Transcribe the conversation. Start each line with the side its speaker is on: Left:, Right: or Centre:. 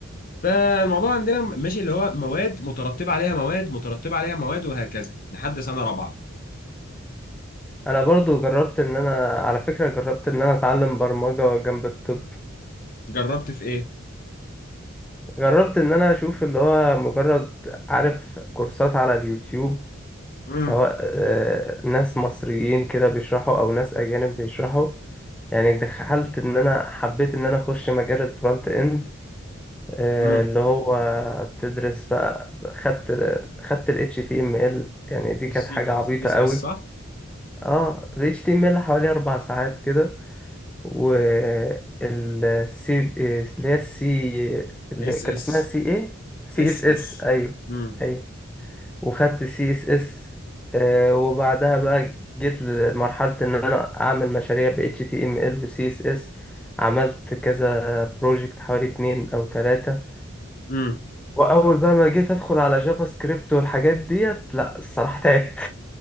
Left: فالموضوع عندنا ماشي اللي هو مواد مترتبه عليها مواد مترتبه عليها مواد وهكذا لحد سنه رابعه
Centre: أنا برضو جربت إن أنا على فكرة جربت إن أنا أتعلم برمجة جنب الطب
Left: جربت في ايه؟
Centre: جربت إن أنا أشوف اللي هو مجرد عارف كورسات على اليوتيوب
Left: امم
Centre: سواء آه، ناس مصريين كده بيشرحوا او ناس اجانب بيشرحوا يعني دخلت ان انا حبيت ان انا اخش مجال الفرونت اند آه،
Left: امم
Centre: اللي هو تدرس بقى خدت خدت ال HTML يعني دي كانت
Left: السي
Centre: حاجة عبيطة
Left: اس
Centre: قوي
Left: اس صح؟
Centre: اه ال HTML حوالي اربع ساعات كده والسي اللي هي السي اللي
Left: اس
Centre: كان
Left: اس
Centre: اسمها سي ايه سي
Left: اس
Centre: اس اس
Left: اس
Centre: ايوه
Left: امم
Centre: ايوه وخدت سي اس اس وبعدها بقى جيت لمرحلة ان انا اعمل مشاريع ب HTML و CSS عملت كذا بروجكت حوالي اتنين او تلاتة
Left: امم
Centre: واول بقى ما جيت ادخل على جافا سكريبت والحاجات ديت لا الصراحة تعبت